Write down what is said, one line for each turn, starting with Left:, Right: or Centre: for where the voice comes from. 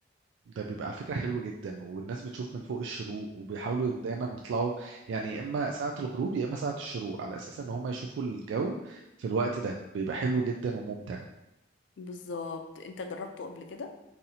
Right: ده بيبقى على فكرة حلو جدا والناس بتشوف من فوق الشروق وبيحاولوا دايما يطلعوا يعني يا اما ساعة الغروب يا اما ساعة الشروق على اساس ان هم يشوفوا الجو في الوقت ده بيبقى حلو جدا وممتع
Left: بالظبط انت جربته قبل كده